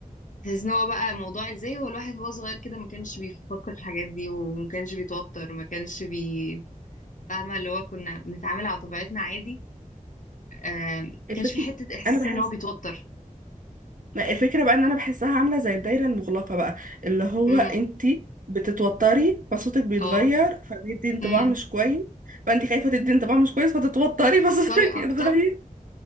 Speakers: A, on the left; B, on the right.
A: تحس ان هو بقى موضوع ازاي هو الواحد وهو صغير كده ما كانش بيفكر في الحاجات دي وما كانش بيتوتر ما كانش بي فاهمه اللي هو كنا بنتعامل على طبيعتنا عادي آه ما
B: الفكره
A: كانش في حته احساس
B: انا بحس
A: ان هو بيتوتر
B: ما الفكرة بقى ان انا بحسها عاملة زي الدايرة المغلقة بقى اللي هو
A: امم
B: انتي بتتوتري فصوتك بيتغير
A: اه
B: فبيدي انطباع
A: امم
B: مش كويس فانتي خايفة تدي انطباع مش كويس فتتوتري <laughs> فصوتك
A: طري اكتر
B: يتغير